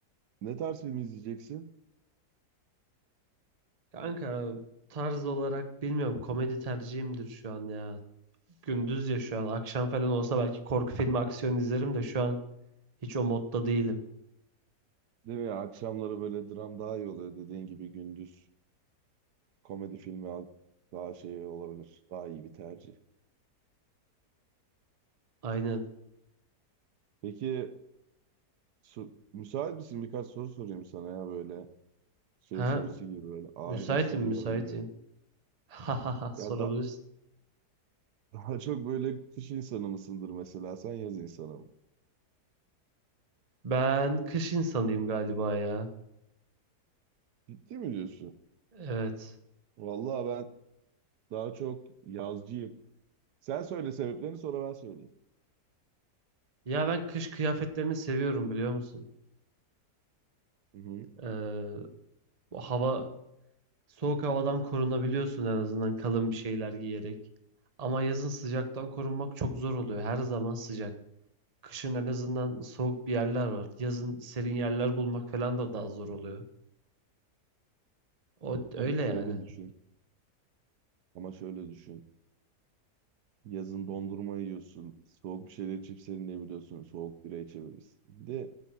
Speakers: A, on the right; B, on the right.
A: ne tarz film izleyeceksin?
B: Kanka tarz olarak bilmiyorum komedi tercihimdir şu an ya. Gündüz ya şu an akşam falan olsa belki korku filmi aksiyon izlerim de şu an hiç o modda değilim.
A: Değil mi ya? Akşamları böyle dram daha iyi oluyor dediğin gibi gündüz. Komedi filmi al- daha şey olabilir. Daha iyi bir tercih.
B: Aynen.
A: Peki su- müsait misin? Birkaç soru sorayım sana ya böyle şey
B: Ha
A: sorusu gibi böyle ahiret
B: müsaitim
A: soruları
B: müsaitim.
A: gibi.
B: <laughs> Ha sorabilirsin.
A: Ya da Daha çok böyle kış insanı mısındır mesela? Sen yaz insanı mı?
B: Ben kış insanıyım galiba ya.
A: Ciddi mi diyorsun?
B: Evet.
A: Vallahi ben daha çok yazcıyım. Sen söyle sebeplerini sonra ben söyleyeyim.
B: Ya ben kış kıyafetlerini seviyorum biliyor musun?
A: Hı hı.
B: Ee, bu hava soğuk havadan korunabiliyorsun en azından kalın bir şeyler giyerek. Ama yazın sıcaktan korunmak çok zor oluyor. Her zaman sıcak. Kışın en azından soğuk bir yerler var. Yazın serin yerler bulmak falan da daha zor oluyor. O öyle
A: Oh, Şöyle
B: yani.
A: düşün. Ama şöyle düşün. Yazın dondurma yiyorsun. Soğuk bir şeyler içip serinleyebiliyorsun. Soğuk bira içebilirsin. Bir de